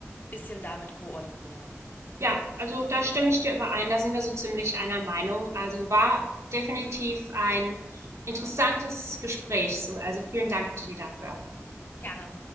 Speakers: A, on the left (about 40°); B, on the right (about 75°).
A: ein bisschen damit koordinieren.
B: Ja, also da stimme ich dir überein, da sind wir so ziemlich einer Meinung. Also war definitiv ein interessantes Gespräch. So, also vielen Dank dir dafür.
A: Gerne.